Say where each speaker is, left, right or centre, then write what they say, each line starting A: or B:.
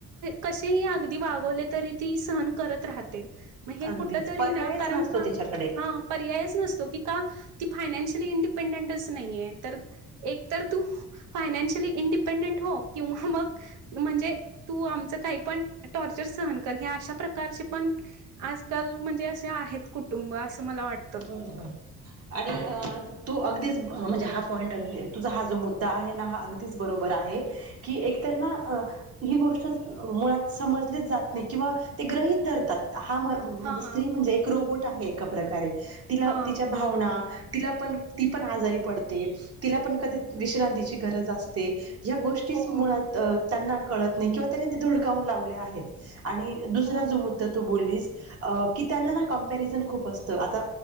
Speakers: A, on the right; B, on the right.
A: कसेही अगदी वागवले तरी ती सहन करत राहते. म्हणजे ना
B: अगदीच
A: हे कुठ तरी
B: पर्यायच
A: ना कारण
B: नसतो
A: का
B: तिच्याकडे.
A: हा पर्यायच नसतो की का ती फायनानशियली इंडिपेंडंटच नाहीये तर एक तर तू फायनान्शियली इंडिपेंडेंट हो किंवा मग म्हणजे तू आमचं काही पण टॉर्चर सहन कर हे अशा प्रकारचे पण आजकाल म्हणजे असे आहेत कुटुंब असं मला वाटतं.
B: बरोबर आणि अ <unintelligible> तू अगदीच म्हणजे हा पॉईंट अगदी तुझा हा जो मुद्दा आहे ना हा अगदीच बरोबर आहे. कि एकतर ना अ ही गोष्ट मुळात समजली जात नाही किंवा ते ग्रही ठरतात हा म्हणजे
A: हां,
B: स्त्री म्हणजे ती एक रोबोट आहे एक प्रकारे तिला
A: हां.
B: तिच्या काही भाव होवना तिला पण ती पण आजारी पडते तिला पण कधी विश्रांतीची गरज असते. या गोष्टीच
A: हो,
B: मुळात त्यांना कळत नाही किंवा त्यांनी ते धुडकावून लावले आहेत आणि दुसरा
A: हो.
B: जो मुद्दा तू बोललीस की त्यांना ना कंपरिझन खूप असत आता